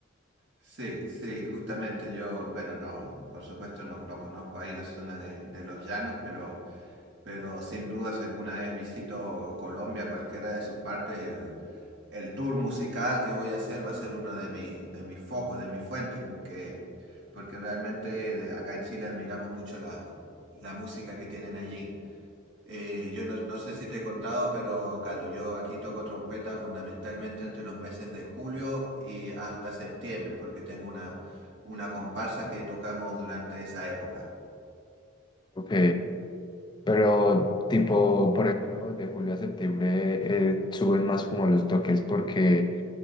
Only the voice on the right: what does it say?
Sí, sí, justamente yo, bueno, no, por supuesto no, no conozco ahí la zona de, de los llanos, pero, pero sin duda si alguna vez visito Colombia, cualquiera de sus partes, el, el tour musical que voy a hacer va a ser uno de mi, de mis focos, de mis fuentes, porque, porque realmente de- acá en Chile admiramos mucho la, la música que tienen allí. Eh, yo no, no sé si te he contado, pero claro, yo aquí toco trompeta fundamentalmente entre los meses de julio y hasta septiembre, porque tengo una, una comparsa que tocamos durante esa época.